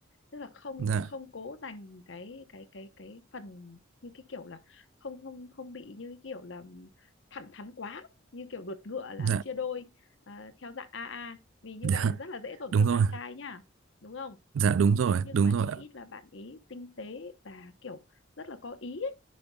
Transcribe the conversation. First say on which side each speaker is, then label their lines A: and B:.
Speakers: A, on the left; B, on the right.
A: tức là không
B: Dạ
A: không cố dành cái cái cái cái phần như cái kiểu là không không không bị như cái kiểu là thẳng thắn quá như kiểu đột ngựa là
B: dạ
A: chia đôi à, theo dạng AA vì như
B: dạ
A: vậy rất là dễ tổn
B: đúng
A: thương
B: rồi
A: bạn trai nhá đúng không
B: dạ đúng rồi
A: nhưng
B: đúng
A: mà
B: rồi
A: chí
B: ạ.
A: ít là bạn ý tinh tế và kiểu rất là có ý ấy,